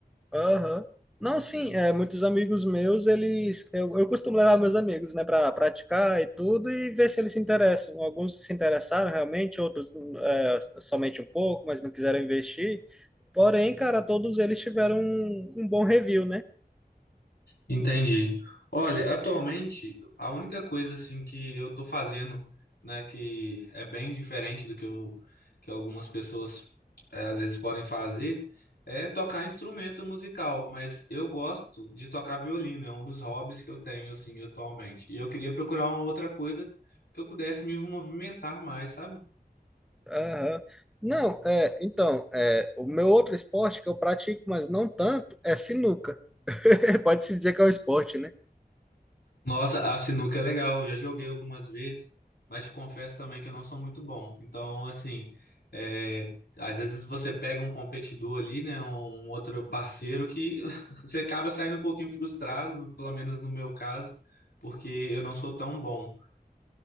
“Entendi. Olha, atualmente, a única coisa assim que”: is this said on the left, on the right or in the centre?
Left